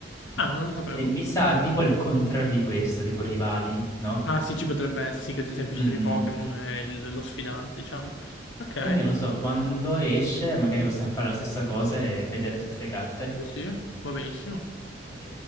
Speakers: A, on the left (about 80°); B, on the left (about 15°).
A: Ah, non lo sapevo.
B: che mi sa tipo il contrario di questa, tipo Rivali, no?
A: Ah sì, ci potrebbe essere, sì, che ad esempio
B: Mhm.
A: ci sono i Pokémon e il- lo sfidante, diciamo. Ok,
B: Quindi non lo so, quando esce magari possiamo fare la stessa cosa e vedere tutte le carte.
A: sì sì, va benissimo.
B: Ok.